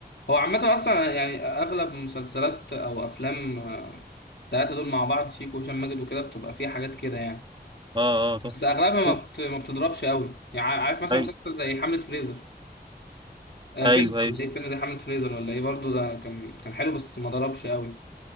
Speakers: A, on the left (about 85°); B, on the right (about 30°).
A: هو عامه اصلا يعني اغلب مسلسلات او افلام آه، التلاته دول مع بعض شيكو وهشام ماجد وكده بتبقى فيها حاجات كده يعني
B: اه اه طبعا
A: بس اغلبها
B: شوف
A: ما بت- ما بتضربش قوي يعني عارف مثلا
B: ايوه
A: مسلسل زي حملة فريزر آه،
B: ايوه
A: فيلم
B: ايوه
A: ولا ايه فيلم زي حملة فريزر ولا ايه برضه ده كان كان حلو بس ما ضربش قوي